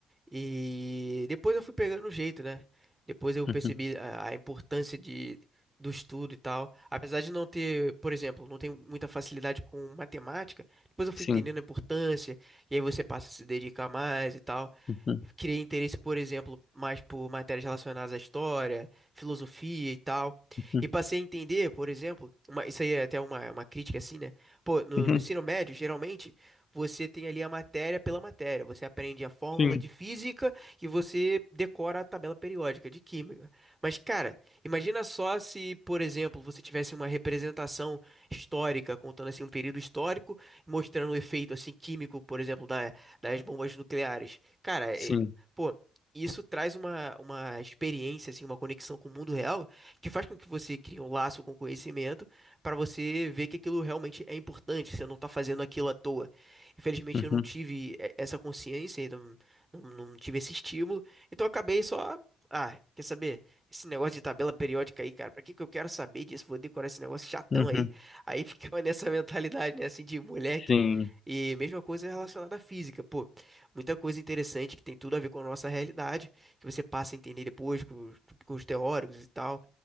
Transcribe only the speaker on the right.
e depois eu fui pegando o jeito, né? Depois eu
percebi a, a importância de, do estudo e tal. Apesar de não ter, por exemplo, não tenho muita facilidade com matemática, depois eu fui
entendendo a importância, e aí você passa a se dedicar mais e tal.
Criei interesse, por exemplo, mais por matérias relacionadas à história, filosofia e tal.
E passei a entender, por exemplo, uma- isso aí é até uma, uma crítica assim, né? Pô, no,
no ensino médio, geralmente, você tem ali a matéria pela matéria. Você aprende a fórmula
de física e você decora a tabela periódica de química. Mas, cara, imagina só se, por exemplo, você tivesse uma representação histórica, contando assim um período histórico, mostrando o efeito assim químico, por exemplo, da, das bombas nucleares. Cara,
é- pô, isso traz uma, uma experiência, assim, uma conexão com o mundo real que faz com que você crie um laço com o conhecimento para você ver que aquilo realmente é importante, você não tá fazendo aquilo à toa. Infelizmente,
eu não tive eh, essa consciência, então, não, não tive esse estímulo, então eu acabei só. Ah, quer saber? Esse negócio de tabela periódica aí, cara, pra que que eu quero saber disso? Vou decorar esse negócio chatão
aí. Aí <laughs> ficava nessa mentalidade, né, assim, de moleque.
E mesma coisa relacionada à física, pô. Muita coisa interessante que tem tudo a ver com a nossa realidade, que você passa a entender depois com, os com os teóricos e tal,